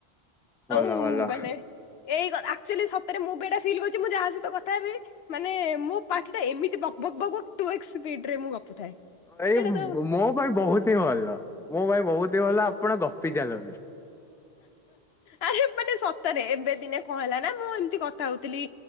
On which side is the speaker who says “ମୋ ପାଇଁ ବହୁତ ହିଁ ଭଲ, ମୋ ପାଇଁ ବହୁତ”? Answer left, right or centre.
Centre